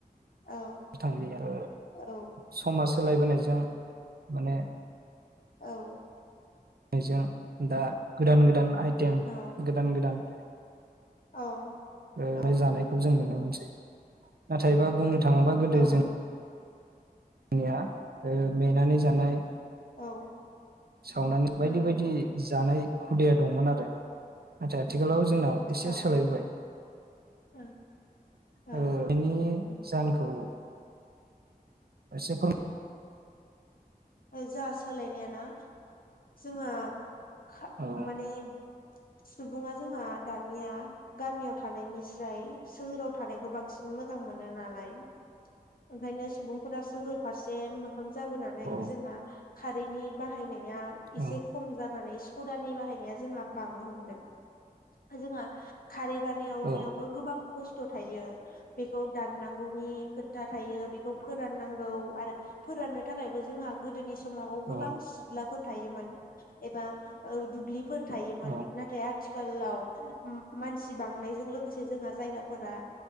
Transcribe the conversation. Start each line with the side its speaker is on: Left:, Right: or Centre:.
Left: औ
Right: <unintelligible>
Left: औ
Right: समा‌ सोलायबोनायजों। माने।
Left: औ।
Right: जों दा गोदान गोदान आइटेम
Left: औ
Right: गोदान गोदान
Left: औ।
Right: ओ
Left: औ
Right: जानायखौ जों नुनो मोनो सै नाथायबा बुंनो था थांबा गोदो
Left: ओं
Right: जों <unintelligible> मेनानै जानाय
Left: औ।
Right: सावनानै बायदि
Left: उम
Right: बायदि। जानाय हुदाया दंमोन आरो नाथाइ आथिखालाव जोंनाव एसे
Left: औ
Right: सोलायबोबाय
Left: औ ओं
Right: ओ <unintelligible> जाहोनखौ एसे फोर
Left: जा सोलायनायाना जोंहा खा-माने।
Right: औ
Left: सुबुङा जोंहा दानिया गामियाव थानायनिस्राय सोहोराव थानायखौ बांसिन मोजां मोनो नालाय ओंखायनो सुबुं फोरा सोहोर फारसे मो खां जाबोनानै
Right: औ
Left: जोंहा खारैनि बाहायनाय या एसे
Right: औ
Left: खम जानानै सदानि बाहायनाया जोंहा बांनो हमदों जोंहा खारै बानायाव
Right: औ
Left: नायावबो गोबां खस्थ खस्थ थायो बेखौ दाननांगौनि खोथा थायो बेखौ फोरानां गौ आरो फोराननो थाखायबो जोंहा गोदोनि समाव गोबां
Right: औ
Left: सिलाफोर थायोमोन एबा ओ दुब्लिफोर थायोमोन
Right: औ
Left: नाथाय आथिखालाव उम मानसि बांनायजों लोगोसे जोंहा जायगाफोरा